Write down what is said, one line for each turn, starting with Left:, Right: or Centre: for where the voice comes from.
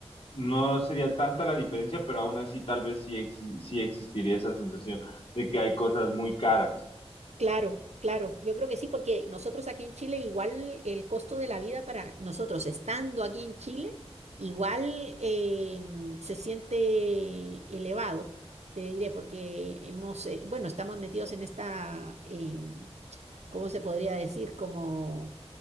Left: no sería tanta la diferencia, pero aún así tal vez sí, exi- sí existiría esa sensación de que hay cosas muy caras.
Right: Claro, claro, yo creo que sí, porque nosotros aquí en Chile igual el costo de la vida para nosotros estando aquí en Chile igual eh, mm, se siente elevado, te diré, porque hemos, eh, bueno, estamos metidos en esta, eh, ¿cómo se podría decir? Como